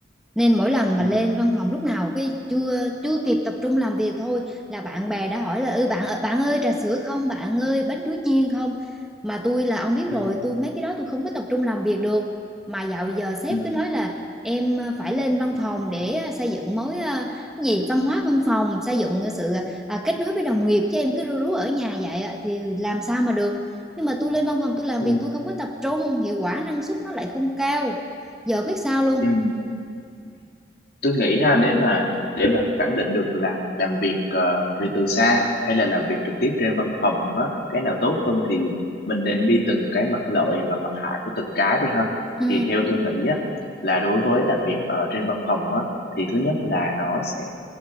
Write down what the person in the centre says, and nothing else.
nên mỗi lần mà
lên văn phòng lúc nào cái chưa chưa kịp tập trung làm việc thôi là bạn bè đã hỏi là ư bạn ờ, bạn ơi trà sữa không bạn ơi bánh chuối chiên không mà tôi là ông biết
rồi tôi mấy cái đó tôi không có tập trung làm việc được mà dạo giờ sếp
cứ nói là em ờ, phải lên văn phòng để ờ, xây dựng mối ờ, cái gì văn hóa văn phòng xây dựng sự ờ, kết nối với đồng nghiệp chứ em cứ rú rú ở nhà vậy á, thì làm sao mà được nhưng mà tôi lên văn phòng tôi làm
việc tôi không có tập trung hiệu quả năng suất nó lại không cao giờ biết sao luôn
ừ